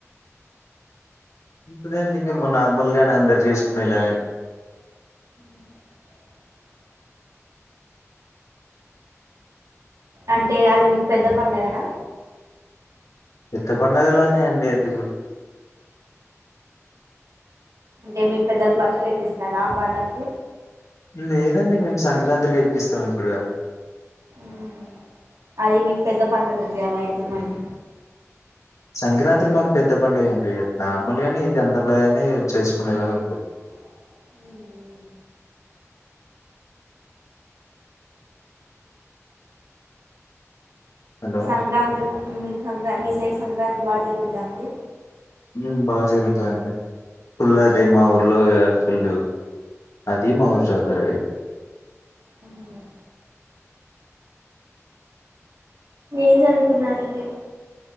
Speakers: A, on the left; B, on the right.
A: అదేఅండి మేము నార్మల్గా నే అందరు చేసుకునేలాగానె
B: అ అంటే అది మీకు పెద్ద పండగనా
A: పెద్ద పండుగలానే అండి అది కూడా
B: అంటే మీరు పెద్దలకు బట్టలు ఎక్కిస్తారా ఆ పండక్కి
A: లేదండి మేము సంక్రాంత్రికి ఎక్కిస్తాం ఇప్పుడు కాదు
B: మ్ అది మీకు పెద్ద పండగండి అలా అయితే మళ్ళీ
A: సంక్రాంత్రి మాకు పెద్ద పండుగ ఏంటి నార్మల్ గానే ఇది అందరిలాగానే చేసుకునేలాగా ఉంటది
B: మ్ ఉమ్...
A: హలో
B: సంక్రాంతి మీ సంక్రా మీ సైడ్ సంక్రాంతి బా జరిగిద్దాండి
A: మ్ బా జరుగుతాదండి ఫుల్ అదే మా ఊర్లో ఫుల్లు అదీ. మా ఊరి జాతరే
B: మ్ హూమ్ ఏం చదువుకున్నారండి